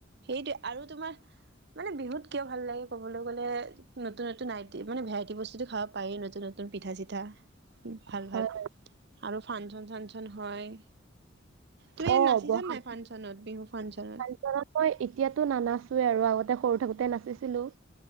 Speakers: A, on the right; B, on the right.
A: সেইটোৱে আৰু তোমাৰ মানে বিহুত কিয় ভাল লাগে ক'বলৈ গ'লে নতুন, নতুন আইটি মানে ভেৰাইটি বস্তুতো খাব পাৰেই নতুন, নতুন পিঠা চিঠা। ভাল,
B: হয়
A: ভাল। আৰু ফাংচন চাংচন হয়। তুমি
B: অ
A: নাচিছা
B: বহাগ
A: নাই ফাংচনত, বিহু ফাংচনত?
B: <unintelligible> মই এতিয়াতো নানাচোৱে আৰু আগতে সৰু থাকোতে নাচিছিলোঁ।